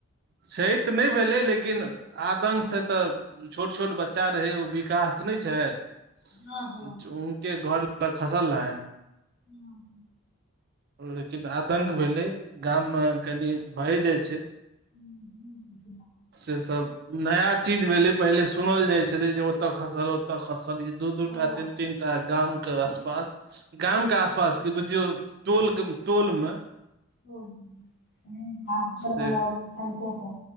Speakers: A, on the right; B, on the left.
A: छैत नै भेलै लेकिन आदङ्गसे तऽ छोट छोट बच्चा रहै ओ विकास नहि छैथ च
B: हँ हँ
A: उनके घर लग खसल रहैन
B: ओं
A: लेकिन आदंक भेलै गाममे कनि भए जाइ छै।
B: हूं हूं
A: से सब नया चीज भेलै पहिले सुनल जाय छलै जे ओतऽ खसल ओतऽ खसल ई दू दू
B: तऽ
A: टा तीन तीन टा गाम के आसपास गाम के आसपास की बुझियौ टोलके टोलमे
B: हं तहैन तऽ आब
A: से
B: डर मनाउ ठनको के।